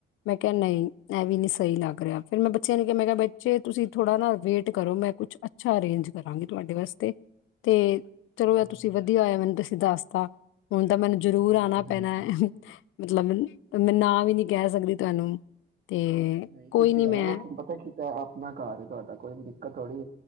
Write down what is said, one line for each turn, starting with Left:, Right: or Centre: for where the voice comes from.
Left: ਮੈਂ ਕਿਹਾ ਨਹੀਂ ਇਹ ਵੀ ਨੀ ਸਹੀ ਲੱਗ ਰਿਹਾ ਫੇਰ ਮੈਂ ਬੱਚਿਆਂ ਨੇ ਕਿਹਾ ਮੈਂ ਕਿਹਾ ਬੱਚੇ ਤੁਸੀਂ ਥੋੜਾ ਨਾ ਵੇਟ ਕਰੋ ਮੈਂ ਕੁਛ ਅੱਛਾ ਅਰੇਂਜ ਕਰਾਂਗੀ ਤੁਹਾਡੇ ਵਾਸਤੇ ਤੇ ਚਲੋ
Right: ਹਾਂ
Left: ਐ ਤੁਸੀਂ ਵਧੀਆ ਆਇਆ ਮੈਨੂੰ ਦੱਸਿਆ ਸ ਦਸ ਤਾ ਹੁਣ ਤਾਂ ਮੈਨੂੰ ਜਰੂਰ
Right: ਹਾਂਜੀ
Left: ਆਣਾ
Right: ਹਾਂਜੀ
Left: ਪੈਣਾ ਹੈ ਮਤਲਬ ਮੈਂ ਨਾ ਵੀ ਨੀ ਕਹਿ ਸਕਦੀ ਤੁਹਾਨੂੰ ਤੇ
Right: ਨਹੀਂ
Left: ਕੋਈ
Right: ਤੁਸੀਂ ਆਓ
Left: ਮੈਂ
Right: ਤੁਹਾਨੂੰ ਪਤਾ ਕਿ ਆਪਣਾ ਘਰ ਤੁਹਾਡਾ ਕੋਈ ਦਿੱਕਤ ਥੋੜੀ